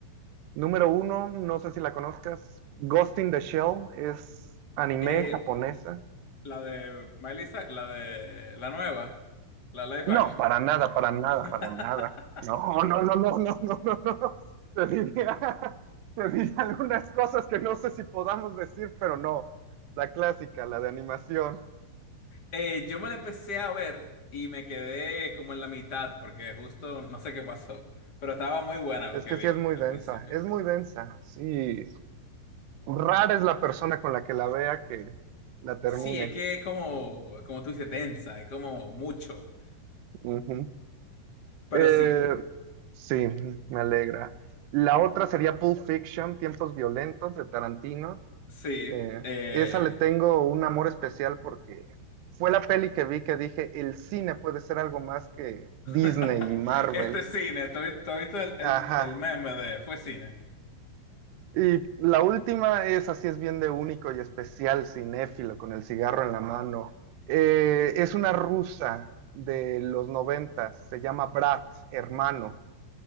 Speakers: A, on the right (about 75°); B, on the left (about 30°).
A: número uno, no sé si la conozcas, Ghost in the Shell es anime
B: Eh,
A: japonesa.
B: la de Melissa, la de la nueva, la live
A: No,
B: action.
A: para nada, para nada,
B: <laughs>
A: para nada. No, no, no, no, no, no, no, no. Te diría, <laughs> te diría algunas cosas que no sé si podamos decir, pero no. La clásica, la de animación.
B: Eh, yo me la empecé a ver y me quedé como en la mitad porque justo no sé qué pasó, pero estaba muy buena lo
A: Es
B: que
A: que
B: vi
A: sí es muy
B: al
A: densa,
B: principio.
A: es muy densa, sí. Rara es la persona con la que la vea que la termine.
B: Sí, es que es como, como tú dices, densa, es como mucho.
A: Ujú.
B: Pero
A: Eh,
B: sí,
A: sí, me alegra. La otra sería Pulp Fiction, Tiempos Violentos de Tarantino.
B: sí.
A: Eh,
B: eh,
A: esa le tengo un amor especial porque fue la peli que vi que dije, el cine puede ser algo más que
B: <laughs>
A: Disney y Marvel.
B: Este es cine, ¿tú, has tú has visto el, el-
A: Ajá,
B: el meme de fue cine?
A: Y la última es, así es bien de único y especial, cinéfilo, con el cigarro en la mano. Eh, es una rusa de los noventas, se llama Brat, hermano.